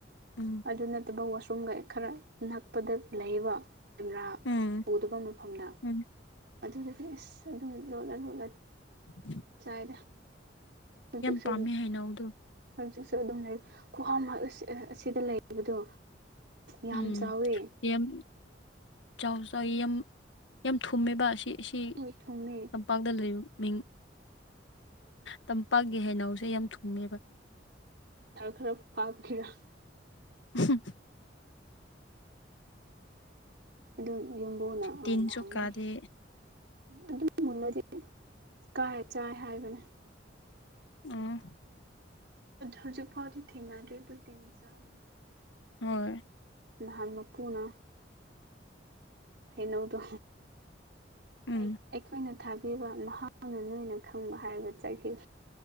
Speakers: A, on the left; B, on the right.
A: ꯎꯝ
B: ꯑꯗꯨ ꯅꯠꯇꯕ ꯋꯥꯁꯔꯨꯝꯒ ꯈꯔ ꯅꯛꯄꯗ ꯂꯩꯕ ꯀꯦꯃꯦꯔꯥ
A: ꯎꯝ ꯎꯝ
B: ꯎꯗꯕ ꯃꯐꯝꯗ
A: ꯎꯝ
B: ꯑꯗꯨꯗꯒꯤ ꯑꯁ ꯑꯗꯨꯝ ꯂꯣꯜꯂ ꯂꯣꯠꯂ
A: ꯎ <unintelligible>
B: ꯆꯗ ꯍꯧꯖꯤꯛꯁꯨ
A: ꯄꯥꯝꯃꯦ ꯍꯩꯅꯧꯗꯣ
B: ꯍꯧꯖꯤꯛꯁꯨ ꯑꯗꯨꯝ ꯂꯩꯔꯤ ꯈꯨꯍ ꯑꯁꯤꯗ ꯂꯩꯕꯗꯣ ꯌꯥꯝ
A: ꯎꯝ
B: ꯆꯥꯎꯋꯦ
A: ꯌꯥꯝ ꯆꯥꯎ ꯆꯥꯎꯋ ꯌꯥꯝ ꯌꯥꯝ ꯊꯨꯝꯃꯦꯕ ꯑꯁꯤ ꯁꯤ
B: ꯍꯣꯏ ꯊꯨꯝꯃꯦ
A: ꯇꯝꯄꯥꯛꯇ ꯂꯩ ꯃꯤꯡ ꯇꯝꯄꯥꯛꯀꯤ ꯍꯩꯅꯎꯁꯦ ꯌꯥꯝ ꯊꯨꯡꯉꯦꯕ
B: ꯈꯔ ꯄꯥꯞꯈꯤꯦꯔꯥꯣ <inaudible>
A: ꯎꯝ <inaudible>
B: ꯑꯗꯨꯝ ꯌꯨꯝꯕꯨꯅ ꯉꯥꯟꯅ
A: ꯇꯤꯟꯁꯨ
B: ꯍꯥꯏꯖꯩ
A: ꯀꯥꯗꯦ
B: ꯑꯗꯨ ꯃꯨꯟꯅꯗꯤ ꯀꯥꯔ ꯆꯥꯏ ꯍꯥꯏꯕꯅꯦ
A: ꯎꯝ
B: ꯍꯧꯖꯤꯛ ꯐꯥꯎꯗ ꯊꯦꯡꯅ ꯑꯗꯨ ꯑꯗꯨ ꯇꯤꯟ ꯆꯕꯗꯣ
A: ꯍꯣꯏ
B: ꯅꯍꯥꯟ ꯃꯄꯨꯅ ꯍꯩꯅꯧꯗꯣ
A: ꯎꯝ
B: ꯑꯩꯈꯣꯏꯅ ꯊꯥꯕꯤꯕ ꯃꯍꯥꯛꯅ ꯅꯣꯏꯅ ꯈꯪꯕ ꯍꯥꯏꯔꯒ ꯆꯠꯈꯤ